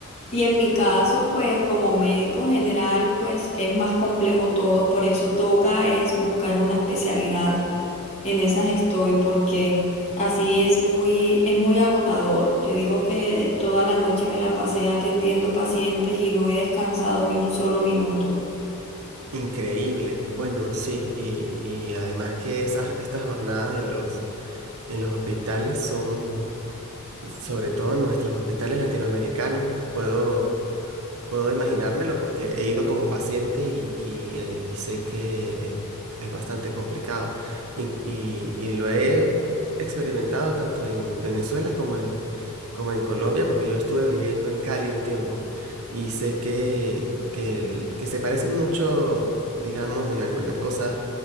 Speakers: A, on the left; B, on the right.
A: Y en mi caso, pues como médico general, pues es más complejo todo, por eso toca es buscar una especialidad. En esas estoy porque así es muy, es muy agotador. Te digo que toda la noche me la pasé atendiendo pacientes y no he descansado ni un solo minuto.
B: Increíble. Bueno, sí, y, y además que esas, estas jornadas en los, en los hospitales son, sobre todo en nuestros hospitales latinoamericanos, puedo Puedo imaginármelo porque he ido como paciente y, y, eh, y sé que es, es bastante complicado. Y, y- y lo he experimentado tanto en Venezuela como en, como en Colombia, porque yo estuve viviendo en Cali un tiempo y sé que, que, el- que se parecen mucho, digamos, en algunas cosas